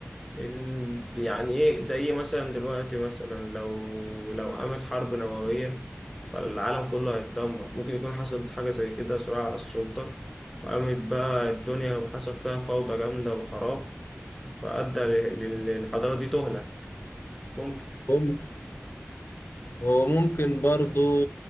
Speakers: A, in the centre; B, on the left.
A: ال... يعني إيه زي مثلا دلوقتي مثلا لو لو قامت حرب نووية فالعالم كله هيتدمر ممكن يكون حصلت حاجة زي كده صراع على السلطة وقامت بقى الدنيا وحصل فيها فوضى جامدة وخراب فأدى لل- للحضارة دي تهلك ممكن
B: ممكن وممكن برضو